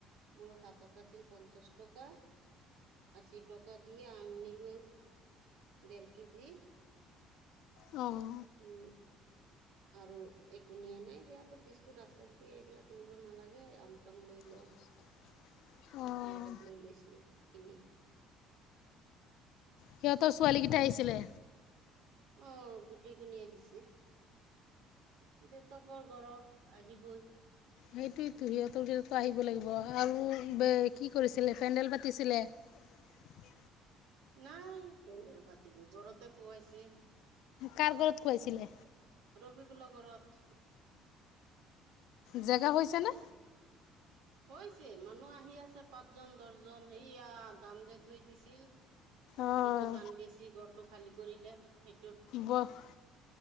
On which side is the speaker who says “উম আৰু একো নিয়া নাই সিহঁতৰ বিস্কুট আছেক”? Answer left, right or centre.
Right